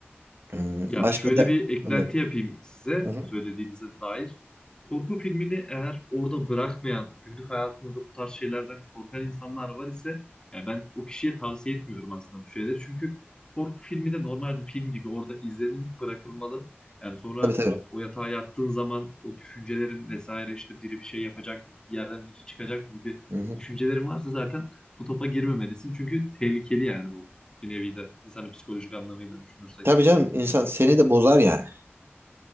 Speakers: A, on the right; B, on the left.
A: Hmm,
B: Ya
A: Başka
B: şöyle
A: da
B: bir eklenti
A: yok.
B: yapayım size
A: Hı-hı.
B: söylediğinize dair. Korku filmini eğer orada bırakmayan, günlük hayatında da bu tarz şeylerden korkan insanlar var ise yani ben o kişiye tavsiye etmiyorum aslında bu şeyleri. Çünkü korku filmi de normal bir film gibi orada izlenilip bırakılmalı. Yani sonra
A: Tabii tabii.
B: o yatağa yattığın zaman o düşüncelerin vesaire işte biri bir şey yapacak mı, bir yerden biri çıkacak gibi
A: Hı-hı.
B: düşüncelerin varsa zaten bu topa girmemelisin. Çünkü tehlikeli yani bu bir nevi de insanın psikolojik anlamıyla düşünürsek.
A: Tabii canım insan seni de bozar yani.